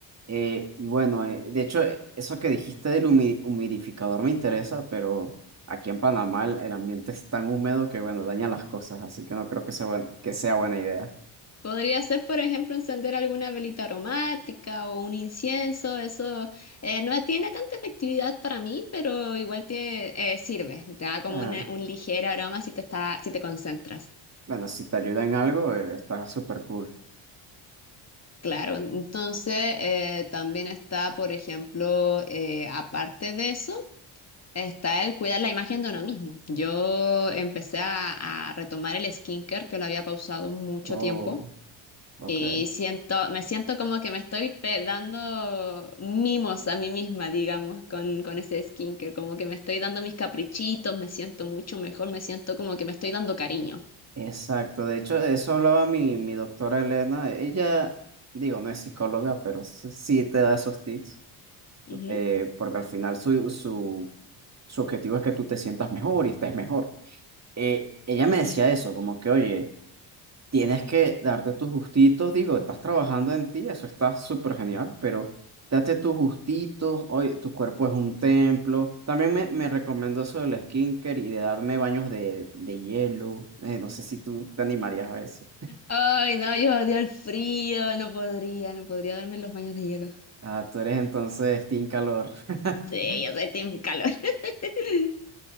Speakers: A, on the right (about 30°); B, on the left (about 30°).
A: Eh, y bueno, eh, de hecho, eh, eso que dijiste del humi- humidificador me interesa, pero aquí en Panamá el, el ambiente es tan húmedo que, bueno, daña las cosas, así que no creo que sea, buen- que sea buena idea.
B: Podría ser, por ejemplo, encender alguna velita aromática o un incienso. Eso eh, no tiene tanta efectividad para mí, pero igual tiene, eh, sirve. Te da como
A: Ah,
B: una- un ligero aroma si te está, si te concentras.
A: bueno, si te ayuda en algo, eh, está súper cool.
B: Claro, entonces eh, también está, por ejemplo, eh, aparte de eso, está el cuidar la imagen de uno mismo. Yo empecé a, a retomar el skincare que lo había pausado mucho
A: Oh,
B: tiempo.
A: ok.
B: Y siento, me siento como que me estoy pe- dando mimos a mí misma, digamos, con, con ese skincare, como que me estoy dando mis caprichitos, me siento mucho mejor, me siento como que me estoy dando cariño.
A: Exacto, de hecho, de eso hablaba mi, mi doctora Elena. Ella, digo, no es psicóloga, pero s- sí te da esos tips,
B: Ujú.
A: eh, porque al final su, su, su objetivo es que tú te sientas mejor y estés mejor. eh, ella me decía eso, como que, oye, tienes que darte tus gustitos, digo, estás trabajando en ti, eso está súper genial, pero date tus gustitos, oye, tu cuerpo es un templo. También me, me recomendó eso del skincare y de darme baños de, de hielo. Eh, no sé si tú te animarías a eso.
B: Ay, no, yo odio el frío, no podría, no podría darme los baños de hielo.
A: Ah, tú eres entonces team calor. <laughs>
B: Sí, yo soy team calor. <laughs>